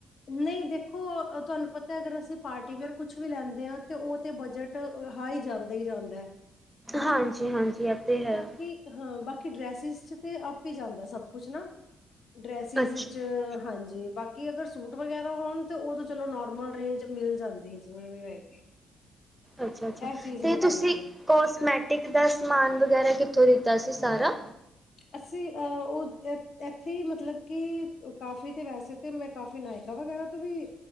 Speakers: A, on the left; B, in the centre.
A: ਨਹੀਂ ਦੇਖੋ ਤੁਹਾਨੂੰ ਪਤਾ ਅਗਰ ਅਸੀਂ ਪਾਰਟੀ ਵੇਅਰ ਕੁਛ ਵੀ ਲੈਂਦੇ ਹਾਂ ਤੇ ਉਹ ਤੇ ਬਜਟ ਹਾਈ ਜਾਂਦਾ ਹੀ ਜਾਂਦਾ।
B: ਹਾਂਜੀ ਹਾਂਜੀ ਇਹ ਤੇ ਹੈ
A: ਬਾਕੀ
B: ਹੀ।
A: ਹਾਂ ਬਾਕੀ ਡਰੈਸਿਸ 'ਚ ਤਾਂ ਆਪ ਹੀ ਜਾਂਦਾ ਸਭ ਕੁਛ ਨਾ ਡਰੈਸਿਸ।
B: ਅੱਛਾ
A: ਚ ਹਾਂਜੀ। ਬਾਕੀ ਅਗਰ ਸੂਟ ਵਗੈਰਾ ਹੋਣ ਤਾਂ ਉਹ ਤਾਂ ਚਲੋ ਨੋਰਮਲ ਰੇਂਜ ਮਿਲ ਜਾਂਦੀ ਹੈ ਜਿਵੇਂ ਵੀ ਹੋਏਗੀ।
B: ਅੱਛਾ ਅੱਛਾ ਅਤੇ
A: ਇਹ ਚੀਜ਼ ਹੋ
B: ਤੁਸੀਂ
A: ਜਾਂਦੀ ਹੈ
B: ਕੋਸਮੈਟਿਕ ਦਾ ਸਮਾਨ ਵਗੈਰਾ ਕਿੱਥੋਂ ਲਿਤਾ ਸੀ ਸਾਰਾ।
A: ਅਸੀਂ ਅਹ ਉਹ ਇੱਥੇ ਹੀ ਮਤਲਬ ਕਿ ਕਾਫੀ ਤੇ ਵੈਸੇ ਤੇ ਮੈਂ। ਕਾਫੀ ਨਾਇਕਾ ਵਗੈਰਾ ਤੋਂ ਵੀ